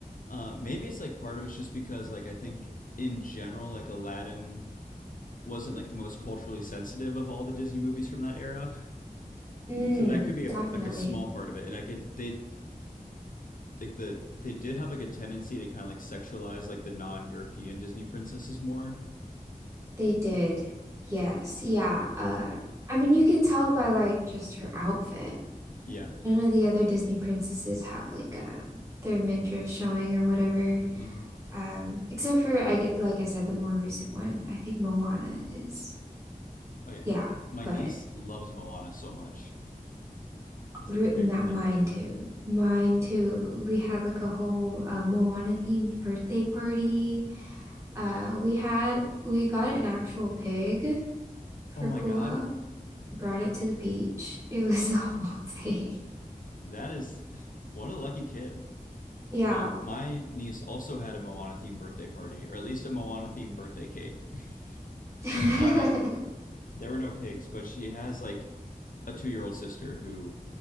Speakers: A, on the left; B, on the right.
A: Uh, maybe it's like part of it's just because like I think in general like Aladdin wasn't like the most culturally sensitive of all the Disney movies from that era. <laughs>
B: Mm,
A: So that could be a
B: Definitely.
A: like a small part of it. And I could they like the they did have like a tendency to kind of like sexualize like the non-European Disney princesses more.
B: They did. Yes. Yeah. Uh, I mean, you can tell by like just her outfit.
A: Yeah.
B: None of the other Disney princesses have like um their midriff showing or whatever.
A: hmm
B: Um, except for I get like I said, the more recent one. I think Moana is.
A: Oh yeah.
B: Yeah,
A: My
B: but
A: niece loves Moana so much. It's
B: re
A: like her favorite
B: not
A: thing
B: mine
A: ever.
B: too. Mine too. We had like a whole uh, Moana themed birthday party. Uh, we had we got an actual pig for
A: Oh my
B: Pua.
A: God.
B: brought it to the beach. <laughs> It was the whole thing.
A: That is <laughs> what a lucky kid.
B: Yeah.
A: Uh, my niece also had a Moana themed birthday party, or at least a Moana themed birthday cake. <laughs>
B: <laughs>
A: Uh, there were no pigs, but she has like a two year old sister who